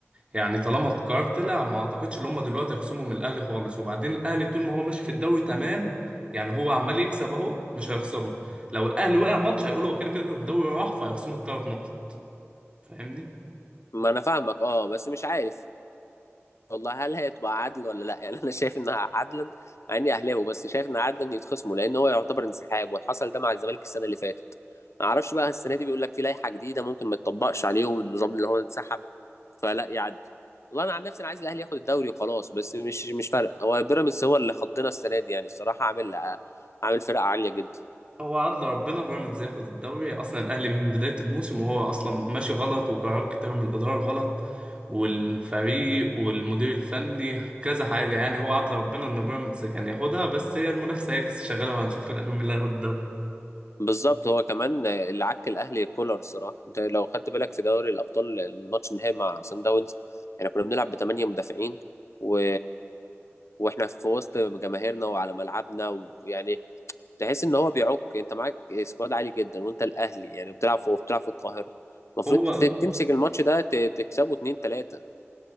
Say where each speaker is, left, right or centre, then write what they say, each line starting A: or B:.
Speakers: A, on the right; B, on the left.
A: يعني طالما القرار طلع ما اعتقدش ان هم دلوقتي هيخصموا من الاهلي خالص وبعدين الاهلي طول ما هو ماشي في الدوري تمام يعني هو عمال يكسب اهو مش هيخصمه لو الاهلي وقع ماتش هيقولوا هو كده كده الدوري راح فهيخصموا الثلاث نقط فاهمني
B: ما أنا فاهمك أه بس مش عارف والله هل هي تبقى عدل ولا لا يعني انا شايف انها عدلا مع اني اهلاوي بس شايف ان عدلا يتخصموا لان هو يعتبر انسحاب وحصل ده مع الزمالك السنه اللي فاتت ما اعرفش بقى السنه دي بيقول لك في لائحه جديده ممكن ما تطبقش عليهم النظام اللي هو انسحب فلا يعدي والله انا عن نفسي انا عايز الاهلي ياخد الدوري وخلاص بس مش مش فارق هو بيراميدز هو اللي خضنا السنه دي يعني الصراحه عامل عامل فرقه عاليه جدا
A: هو عدل ربنا بيراميدز ياخد الدوري اصلا الاهلي من بدايه الموسم وهو اصلا ماشي غلط وقرارات كتير من الاداره غلط والفريق والمدير الفني كذا حاجه يعني هو عدل ربنا ان بيراميدز كان ياخدها بس هي المنافسه هي لسه شغاله وهنشوف في الاخير مين اللي هياخد الدوري
B: بالظبط هو كمان اللي عك الاهلي كولر الصراحه انت لو خدت بالك في دوري الابطال الماتش النهائي مع سان داونز احنا كنا بنلعب بثمانيه مدافعين و... واحنا في وسط جماهيرنا وعلى ملعبنا ويعني تحس ان هو بيعك انت معاك سكواد عالي جدا وانت الاهلي يعني بتلعب في بتلعب في القاهره المفروض
A: هو
B: ت- تمسك الماتش ده ت- تكسبه 2 3